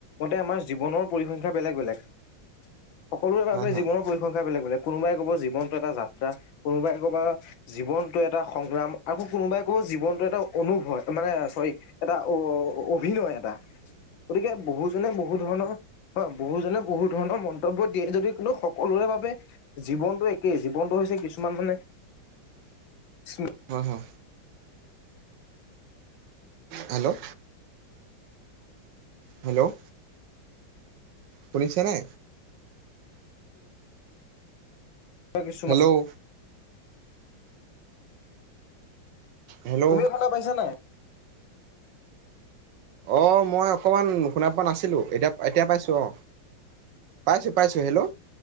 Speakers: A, on the left; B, on the right.
A: মতে আমাৰ জীৱনৰ পৰিসংখ্যা বেলেগ বেলেগ। সকলোৰে বাবে
B: হয়, হয়,
A: জীৱনৰ পৰিসংখ্যা বেলেগ বেলেগ। কোনোবাই ক'বা জীৱনটো এটা যাত্ৰা, কোনোবাই ক'বা জীৱনতটো এটা সংগ্ৰাম, আকৌ কোনোবাই ক'ব জীৱনটো এটা অনুভয় মানে চ'ৰি এটা অ অভিনয় এটা
B: <inaudible>
A: গতিকে বহুজনে বহু ধৰণৰ হয় বহুজনে বহু ধৰণৰ মন্ত কৰ্তব্য দিয়ে যদি কিন্তু সকলোৰে বাবে জীৱনটো একেই জীৱনটো হৈছে কিছুমান মানে স্ম-
B: অ হ হেল্ল' হেল্ল' শুনিছে নে?
A: বা কিছুমান
B: হেল্ল' হেল্ল'
A: তুমি শুনা পাইছা নাই।
B: অ মই অকমান শুনা পোৱা নাছিলো এতিয়া এতিয়া পাইছো অ। পাইছো পাইছো হেল্ল'।